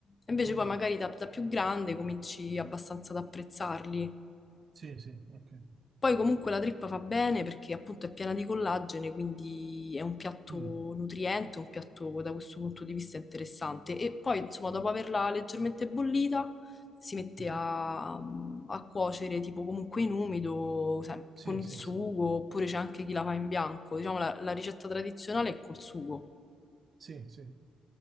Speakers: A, on the left (about 30°); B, on the right (about 45°).
A: invece
B: mm.
A: poi magari da, da più grande cominci abbastanza ad apprezzarli.
B: Sì, sì, ok.
A: Poi comunque la trippa fa bene perché appunto è piena di collagene, quindi è un piatto
B: Mm,
A: nutriente, un piatto da questo punto di vista interessante. E poi insomma dopo averla leggermente bollita si mette
B: mhm.
A: a, a cuocere tipo comunque in umido, sai,
B: Sì,
A: con il
B: sì,
A: sugo,
B: sì.
A: oppure c'è anche chi la fa in bianco. Diciamo la, la ricetta tradizionale è col sugo.
B: Sì, sì.